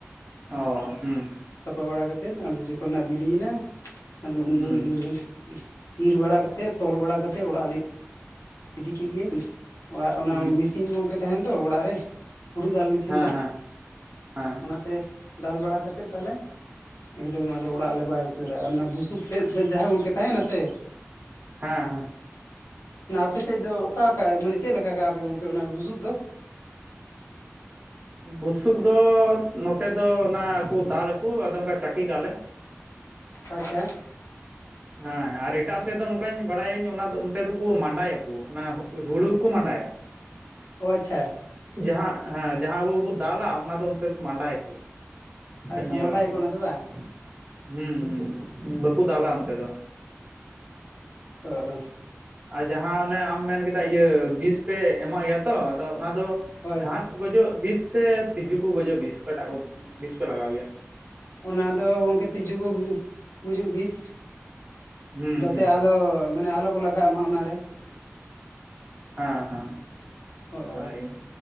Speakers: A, on the right; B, on the left.
A: ᱚ ᱦᱩᱢ
B: ᱥᱟᱯᱷᱟ ᱵᱟᱲᱟ ᱠᱟᱛᱮᱫ ᱟᱫᱚ ᱡᱚᱠᱷᱚᱱ ᱦᱟᱜ ᱵᱤᱞᱤᱭᱮᱱᱟ ᱟᱫᱚ ᱩᱱᱫᱚ
A: ᱦᱩᱸ
B: ᱤᱨ ᱤᱨ ᱵᱟᱲᱟ ᱠᱟᱛᱮᱫ ᱛᱚᱞ ᱵᱟᱲᱟ ᱠᱟᱛᱮ ᱚᱲᱟᱜ ᱞᱮ ᱤᱫᱤ ᱠᱮᱫ ᱜᱮ, ᱚᱲᱟᱜ ᱚᱱᱟ
A: ᱦᱩᱸ
B: ᱢᱤᱥᱤᱱ ᱜᱚᱢᱠᱮ ᱛᱟᱦᱮᱱ ᱫᱚ ᱚᱲᱟᱜ ᱨᱮ, ᱦᱩᱲᱩ ᱫᱟᱞ ᱢᱮᱥᱤᱱ
A: ᱦᱮᱸ
B: ᱫᱚ
A: ᱦᱮᱸ ᱦᱮᱸ
B: ᱚᱱᱟᱛᱮ ᱫᱟᱞ ᱵᱟᱲᱟ ᱠᱟ ᱠᱟᱛᱮᱫ ᱛᱟᱞᱦᱮ ᱮᱠᱫᱚᱢ ᱟᱫᱚ ᱚᱲᱟᱜ ᱨᱮ ᱞᱮ ᱵᱟᱭ ᱩᱛᱟᱹᱨᱟ, ᱟᱨ ᱚᱱᱟ ᱵᱩᱥᱩᱵ ᱛᱮᱫ ᱡᱟᱦᱟᱸ ᱜᱚᱝᱠᱮ ᱛᱟᱦᱮᱱᱟ ᱥᱮ
A: ᱦᱮᱸ ᱦᱮᱸ
B: ᱚᱱᱟ ᱟᱯᱮ ᱥᱮᱫ ᱫᱚ ᱚᱠᱟᱠᱟ ᱢᱟᱱᱮ ᱪᱮᱫ ᱞᱮᱠᱟ ᱠᱟᱜ ᱟᱯᱮ ᱜᱚᱝᱠᱮ ᱚᱱᱟ ᱵᱩᱥᱩᱵ ᱫᱚ?
A: ᱵᱩᱥᱩᱵ ᱫᱚ ᱱᱚᱛᱮ ᱫᱚ ᱚᱱᱟ ᱠᱩ ᱫᱟᱞᱟᱠᱩ ᱟᱫᱚ ᱚᱱᱠᱟ ᱪᱟᱹᱠᱤ ᱠᱟᱜ-ᱟᱞᱮ,
B: ᱟᱪᱪᱷᱟ
A: ᱦᱮᱸ ᱟᱨ ᱮᱴᱟᱜ ᱥᱮᱫ ᱫᱚ ᱱᱚᱝᱠᱟᱧ ᱵᱟᱲᱟᱭᱟᱹᱧ ᱚᱱᱟ ᱫᱚ ᱚᱱᱛᱮ ᱫᱚ ᱠᱩ ᱢᱟᱸᱰᱟᱭᱟ ᱠᱩ ᱚᱱᱟ ᱦᱩᱲᱩ ᱠᱩ ᱢᱟᱸᱰᱟᱭᱟ᱾
B: ᱚ ᱟᱪᱪᱷᱟ
A: ᱡᱟᱦᱟᱸ ᱦᱮᱸ ᱡᱟᱦᱟᱸ ᱟᱵᱚ ᱵᱚ ᱫᱟᱞᱟ ᱚᱱᱟ ᱫᱚ ᱚᱱᱛᱮ ᱢᱟᱸᱰᱟᱭᱟ ᱠᱩ ᱚᱱᱠᱟᱧ
B: ᱟᱪᱪᱷᱟ
A: ᱧᱮᱞ
B: ᱢᱟᱰᱟᱭᱟᱠᱚ
A: ᱠᱟᱜ ᱠᱚᱣᱟ
B: ᱚᱱᱟ ᱫᱚ ᱵᱟᱝ
A: ᱾ ᱦᱩᱸ ᱦᱩᱸ ᱵᱟᱠᱩ
B: ᱚ
A: ᱫᱟᱞᱟ ᱚᱱᱛᱮ ᱫᱚ
B: <unintelligible>
A: ᱟᱨ ᱡᱟᱦᱟᱸ ᱚᱱᱮ ᱟᱢ ᱢᱮᱱ ᱠᱮᱫᱟ ᱤᱭᱟᱹ ᱵᱤᱥ ᱯᱮ ᱮᱢᱟᱜ ᱜᱮᱭᱟ ᱛᱚ, ᱟᱫᱚ ᱚᱱᱟ ᱫᱚ
B: ᱦᱳᱭ
A: ᱜᱷᱟᱥ ᱜᱚᱡᱚᱜ ᱵᱤᱥ ᱥᱮ ᱛᱤᱡᱩ ᱠᱚ ᱜᱚᱡᱚᱜ ᱵᱤᱥ ᱚᱠᱟᱴᱟᱜ ᱵᱤᱥ ᱯᱮ ᱞᱟᱜᱟᱣ ᱜᱮᱭᱟ?
B: ᱚᱱᱟ ᱫᱚ ᱜᱚᱝᱠᱮ ᱛᱤᱡᱩ ᱠᱚ ᱜᱩ ᱜᱩᱡᱩᱜ ᱵᱤᱥ᱾
A: ᱦᱩᱸ
B: ᱡᱟᱛᱮ
A: ᱦᱩᱸ
B: ᱟᱞᱚ ᱢᱟᱱᱮ ᱟᱞᱚ ᱠᱚ ᱞᱟᱜᱟᱜ ᱢᱟ ᱚᱱᱟ ᱨᱮ᱾
A: ᱦᱮᱸ ᱦᱮᱸ
B: ᱦᱳᱭ